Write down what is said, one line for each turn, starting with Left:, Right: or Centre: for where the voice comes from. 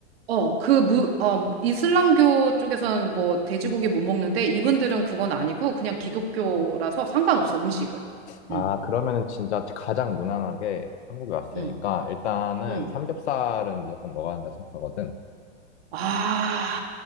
Right: 어, 그 무, 어, 이슬람교 쪽에서는 뭐 돼지고기 못 먹는데 이분들은 그건 아니고 그냥 기독교라서 상관없어, 음식은.
Left: 아,
Right: 응,
Left: 그러면은 진짜 가장 무난하게 한국에 왔으니까
Right: 응,
Left: 일단은
Right: 응.
Left: 삼겹살은 무조건 먹어야 한다 생각하거든.
Right: 아,